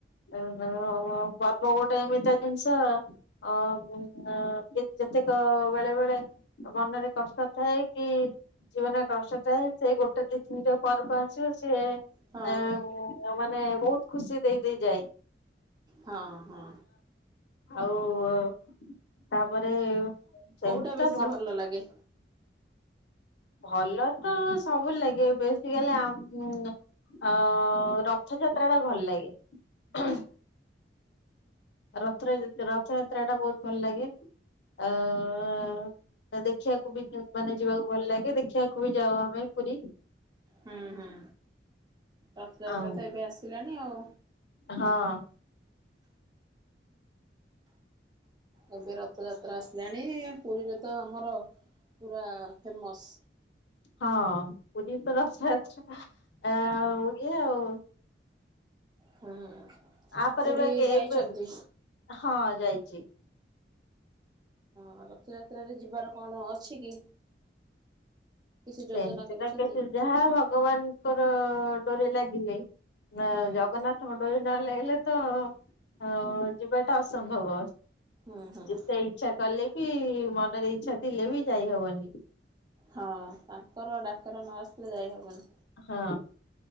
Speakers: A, on the left; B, on the right.
A: ଅଁ-ପର୍ବ ଗୋଟେ ଏମିତିଆ ଜିନିଷ ଅଁ-ଏ ଯେତେକ ବେଳେ ବେଳେ ମନରେ କଷ୍ଟ ଥାଏ କି ଜୀବନରେ କଷ୍ଟ ଥାଏ ସେଇ ଗୋ ଗୋଟେ ତିନିଟା ପର୍ବ ଆସିବ ସିଏ
B: ହଁ
A: ଏଁ ମାନ ନାଇଁ ବୋହୁତ ଖୁସି ଦେଇଦେଇେ ଯାଏ।
B: ହଁ ହଁ।
A: ଆଉ ତାପରେ ସେମିତି
B: କୋଉଟା ବେଶୀ
A: ତ
B: ଭଲ ଲାଗେ?
A: ଭଲ ତ ସବୁ ଲାଗେ ବେଶୀ କାଲି ଅମ୍ ଅ-ରଥଯାତ୍ରାଟା ଭଲ ଲାଗେ। ରଥର ଯେ ରଥଯାତ୍ରାଟା ବୋହୁତ ଭଲ ଲାଗେ ଆ-ଆ ଦେଖିବାକୁ ବି ମାନେ ଯିବାକୁ ଭଲ ଲାଗେ ଦେଖିବାକୁ ବି ଯାଉ ଆମେ ପୁରୀ।
B: ହୁଁ ହୁଁ ରଥଯାତ୍ରା
A: ଆଉ
B: ତ ଏବେ ଆସିଲାଣି ଆଉ।
A: ହଁ
B: ଏବେ ରଥଯାତ୍ରା ଆସିଲାଣି। ପୁରୀରେ ତ ଆମର ପୁରା ଫେମସ୍।
A: ହଁ ପୁରୀରେ ତ ରଥଯାତ୍ରା ଆଉ ଇଏ ଆଉ।
B: ହୁଁ
A: ଆପରେ
B: ପୁରୀ
A: ପା କେ
B: ଯାଇଛନ୍ତି?
A: ଏବେ ହଁ ଯାଇ ଚି
B: ହଁ ରଥଯାତ୍ରାରେ ଯିବାର କଣ ଅଛି କି? କିଛି ଯୋଜନା
A: ସେମିତିକା
B: କରିଛନ୍ତି?
A: ତ ସେ ଯାହା ଭଗବାନ ତାଙ୍କର ଡୋରି ଲାଗିଲେ ନ
B: ହୁଁ।
A: ଜଗନ୍ନାଥ ମନ୍ଦିର ନ ଲାଗିଲେ ତ ଅ-ଯିବାଟା ଅସମ୍ଭବ।
B: ହୁଁ ହୁଁ
A: ଯେତେ ଇଚ୍ଛା କଲେ ବି ମନରେ ଇଚ୍ଛା ଥିଲେ ବି ଯାଇହବନି।
B: ହଁ। ତାର ଡାକ୍ତର ନଆସିଲେ ଯାଇହବନି।
A: ହଁ